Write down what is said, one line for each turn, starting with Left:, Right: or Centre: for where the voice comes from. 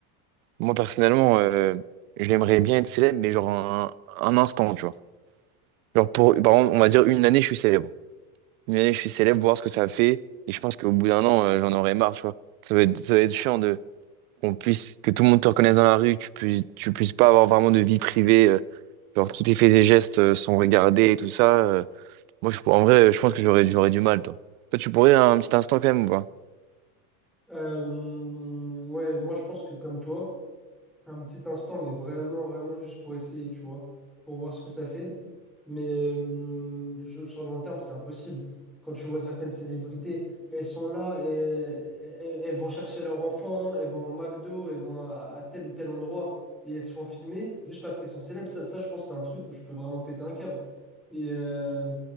Right: moi personnellement, euh, j'aimerais bien être célèbre, mais genre un, un instant, tu vois. Genre pour, par exemple, on va dire une année, je suis célèbre. Une année, je suis célèbre, voir ce que ça fait. Et je pense qu'au bout d'un an, euh, j'en aurais marre, tu vois. Ça va être, ça va être chiant de qu'on puisse, que tout le monde te reconnaisse dans la rue, que tu puisses, tu puisses pas avoir vraiment de vie privée. euh, genre, tous tes faits et gestes euh, sont regardés et tout ça. euh. moi, je, pour- en vrai, je pense que j'aurais, j'aurais du mal, toi. Toi, tu pourrais un petit instant quand même ou pas?
Centre: euh, ouais, moi, je pense que comme toi. un petit instant, mais vraiment, vraiment juste pour essayer, tu vois, pour voir ce que ça fait. Mais hum, je- sur le long terme, c'est impossible. Quand tu vois certaines célébrités, elles sont là, et, elles elles vont chercher leur enfant, elles vont au McDo, elles vont à, à tel ou tel endroit, et elles se font filmer juste parce qu'elles sont célèbres. Ça, ça, je pense, c'est un truc où je peux vraiment péter un câble. Et euh,